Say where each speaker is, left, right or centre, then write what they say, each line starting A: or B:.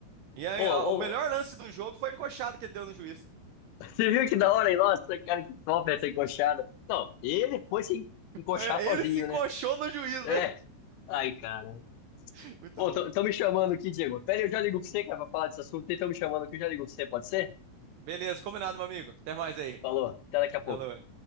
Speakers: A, on the right; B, on the left.
A: E aí,
B: Ô, ô,
A: a- o melhor lance do jogo foi a encoxada que ele deu no juiz.
B: Você viu que da hora, hein? Nossa, cara, que top essa encoxada. Não, ele foi se encoxar
A: É,
B: sozinho,
A: Ele se encoxou
B: né?
A: no juiz,
B: É.
A: né?
B: Ai, cara.
A: <laughs> Muito
B: Pô,
A: bom.
B: tão tão me chamando aqui, Diego. Pera aí, eu já ligo pra você, cara, pra falar desse assunto. Estão me chamando aqui, eu já ligo pra você, pode ser?
A: Beleza, combinado, meu amigo. Até mais aí.
B: Falou, até daqui a pouco.
A: Alô.